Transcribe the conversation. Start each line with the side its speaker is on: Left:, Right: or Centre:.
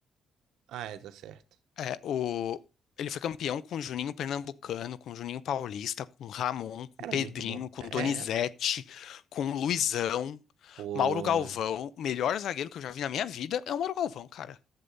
Right: Ah, é, tá certo.
Left: É, o, ele foi campeão com Juninho Pernambucano, com Juninho Paulista, com Ramon, com
Right: Era
Left: Pedrinho,
Right: muito bom.
Left: com
Right: É,
Left: Donizete, com Luizão,
Right: pô.
Left: Mauro Galvão. O melhor zagueiro que eu já vi na minha vida é o Mauro Galvão, cara.